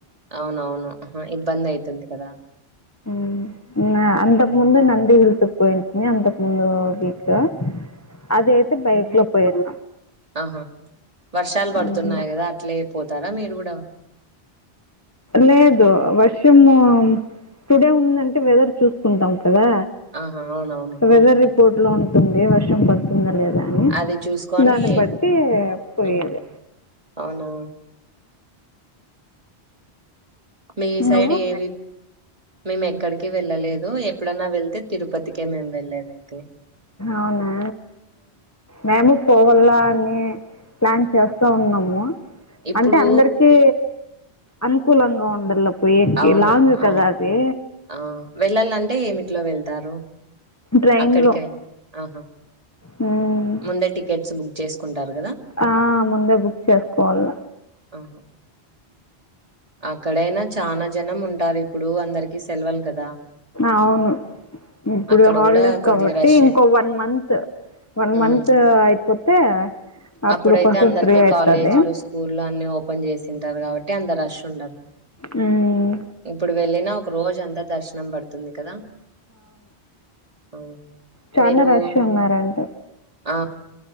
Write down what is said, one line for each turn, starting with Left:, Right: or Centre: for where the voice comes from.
Right: అవునవును ఇబ్బంది అవుతుంది కదా?
Left: <inaudible> అంతకు ముందు నందీ హిల్స్ కు పోయింటిమి అంతకు ముందు వీక్ లో అది అయితే బైక్ లో పోయేది.
Right: అహా! వర్షాలు పడుతున్నాయి
Left: హ్మ్.
Right: కదా అట్లే పోతారా మీరు కూడా.
Left: లేదు వర్షము టుడే ఉందంటే వెదర్ చూసుకుంటాం. కదా
Right: ఆహా అవునవును
Left: వెదర్ రిపోర్ట్ లో ఉంటుంది. వర్షం పడుతుందా లేదా అని
Right: అది చూసుకొని
Left: దాని పట్టి పోయేది.
Right: ఉహు అవునా మీ సైడ్
Left: నువ్వు?
Right: ఏవి మేము ఎక్కడికి వెళ్ళలేదు. ఎప్పుడైన్నా వెళ్తే తిరుపతికే మేము వెళ్ళేదైతే.
Left: అవునా మేము పోవాల అని ప్లాన్ చేస్తా ఉన్నాము.
Right: ఇప్పుడు
Left: అంటే అందరికీ అనుకూలంగా ఉండాల పోయేకి
Right: అవును
Left: లాంగ్ కదా
Right: ఆ
Left: అది.
Right: ఆ వెళ్ళాలంటే ఏమిట్లో వెళ్తారు?
Left: ట్రైన్‌లో.
Right: అక్కడికైనా ఆహా!
Left: హ్మ్.
Right: ముందే టికెట్స్ బుక్ చేసుకుంటారు కదా?
Left: ఆ ముందే బుక్ చేసుకోవాల.
Right: ఉహు ఆ అక్కడైనా చాలా జనం ఉంటారు. ఇప్పుడు అందరికి సెలవలు కదా
Left: అవును. ఇప్పుడు
Right: అక్కడ
Left: హాలిడేస్
Right: గూడా కొద్దిగా
Left: కాబట్టి
Right: రష్షే.
Left: ఇంకో వన్ మంత్ వన్
Right: హ్మ్.
Left: మంత్ అయిపోతే అప్పుడు
Right: అప్పుడైతే
Left: కొంచెం
Right: అందరికీ
Left: ఫ్రీ అవుతాది.
Right: కాలేజీలు, స్కూల్లు అన్నీ ఓపెన్ చేసింటారు కాబట్టి అంత రష్ ఉండదు.
Left: హ్మ్.
Right: ఇప్పుడు వెళ్ళినా ఒక రోజు అంతా దర్శనం పడుతుంది కదా? హ్మ్.
Left: చానా
Right: మీరు
Left: రష్ ఉన్నారంట.
Right: ఆ